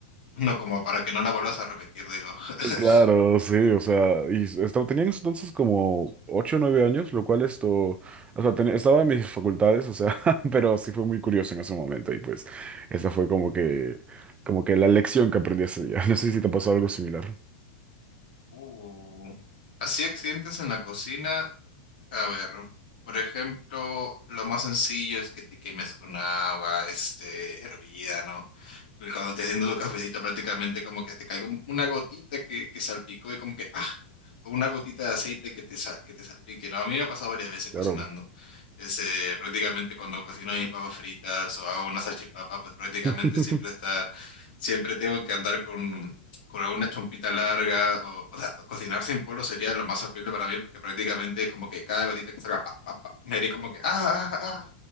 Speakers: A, on the left (about 60°); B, on the right (about 20°).
A: no, como para que no la vuelvas a repetir, digo. <laughs>
B: Claro, sí, o sea, y estaba, tenía en ese entonces como 8 o 9 años, lo cual esto, o sea, ten- estaba en mis facultades, o sea, <laughs> pero sí fue muy curioso en ese momento y pues esa fue como que, como que la lección que aprendí ese día. <laughs> No sé si te pasó algo similar.
A: Uh. Así accidentes en la cocina. A ver, por ejemplo, lo más sencillo es que te quemes con agua, este, hervida, ¿no? Y cuando estés haciendo tu cafecito, prácticamente como que te caiga un- una gotita que, que salpicó y como que, ah, o una gotita de aceite que te, sal- que te salpique, ¿no? A mí me ha pasado varias veces
B: Claro.
A: cocinando. Este, prácticamente cuando cocino mis papas fritas o hago una salchipapa, pues prácticamente
B: <laughs>
A: siempre está, siempre tengo que andar con, con alguna chompita larga, o, o sea, cocinar sin polo sería lo más horrible para mí, porque prácticamente es como que cada gotita que salga, pa, pa, pa, me haría como que, ah, ah, ah, ah",